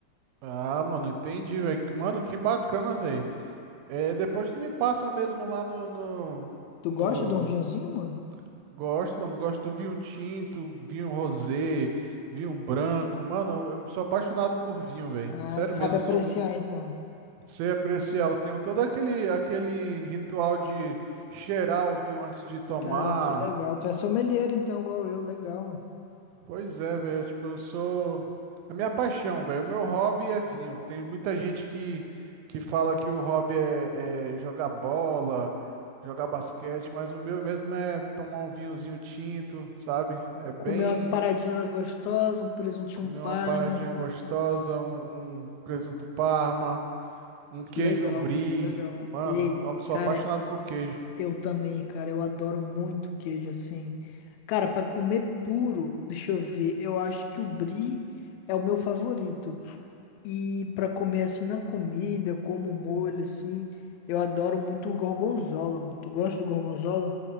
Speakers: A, on the right (about 85°); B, on the left (about 85°).
A: Ah, mano, entendi, velho. Mano, que bacana, velho. É, depois tu me passa mesmo lá no, no,
B: Tu
A: no,
B: gosta de um vinhozinho, mano?
A: Gosto, mano. Gosto do vinho tinto, vinho rosé, vinho branco. Mano, eu sou apaixonado por vinho, velho.
B: Ah,
A: Sério
B: tu sabe
A: mesmo,
B: apreciar
A: eu sou um.
B: então.
A: Sei apreciar. Eu tenho todo aquele, aquele ritual de cheirar o vinho antes de tomar.
B: Cara, que legal. Tu é sommelier então, igual eu, legal, mano.
A: Pois é, velho. Tipo, eu sou. É minha paixão, velho. O meu hobby é vinho. Tem muita gente que, que fala que o hobby é, é jogar bola, jogar basquete, mas o meu mesmo é tomar um vinhozinho tinto, sabe? É bem.
B: Comer uma paradinha gostosa, um presuntinho
A: Comer
B: parma.
A: uma paradinha gostosa, um, um presunto parma, um
B: Que
A: queijo
B: legal,
A: brie.
B: mano, que legal.
A: Mano,
B: E,
A: eu sou
B: cara,
A: apaixonado por queijo.
B: Eu também, cara, eu adoro muito queijo assim. Cara, pra comer puro, deixa eu ver, eu acho que o brie é o meu favorito. E pra comer assim na comida, como molho assim, eu adoro muito o gorgonzola, mano. Tu gosta do gorgonzola?